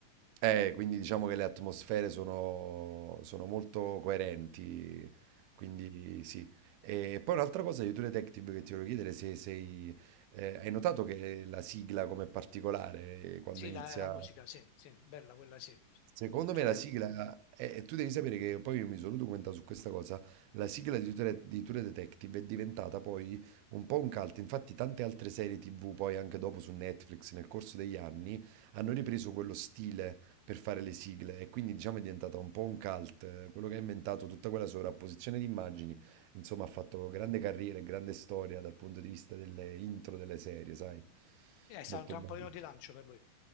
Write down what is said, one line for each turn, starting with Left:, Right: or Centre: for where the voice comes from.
Right: Eh, quindi diciamo che le atmosfere sono, sono molto coerenti, quindi sì. E poi un'altra cosa di True Detective che ti volevo chiedere se sei... eh, hai notato che la sigla come particolare eh, quando
Left: Sì,
Right: inizia...
Left: la, la musica, sì, sì, bella quella, sì. È
Right: Secondo
Left: molto...
Right: me la sigla, e e tu devi sapere che poi io mi sono documentato su questa cosa, la sigla di True, di True Detective è diventata poi un po' un cult, infatti tante altre serie TV poi anche dopo su Netflix nel corso degli anni hanno ripreso quello stile per fare le sigle e quindi diciamo è diventata un po' un cult, eh, quello che ha inventato tutta quella sovrapposizione di immagini, insomma ha fatto grande carriera e grande storia dal punto di vista delle intro delle serie, sai?
Left: eh, È stato
Right: Molto
Left: un trampolino
Right: bello.
Left: di lancio per lui.